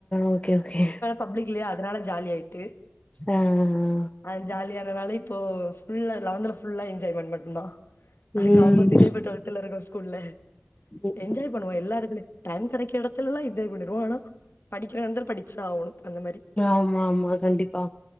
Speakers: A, on the left; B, on the left.
A: ஓகே ஓகே
B: பப்ளிக் இல்லயா அதனால ஜாலியா ஆய்ட்டு
A: ஆ ஆ ஆ
B: ஆ ஜாலியானனால இப்போ ஃபுல்லா லவன்த்துல ஃபுல்லா என்ஜாய்மெண்ட் மட்டுன்தா அதுக்
A: ம்
B: ஆப்போசிட்டே இப்ப டுவல்த்துல ருக்கோ ஸ்கூல்ல
A: ம்
B: என்ஜாய் பண்ணுவோ எல்லா எடத்திலி டைம் கெடைக்க எடத்துலல்லா என்ஜாய் பண்ணுனு ஆனா படிக்கிறன்ற படிச்சு ஆவுனு அந்த மாரி
A: ஆமா ஆமா கண்டிப்பா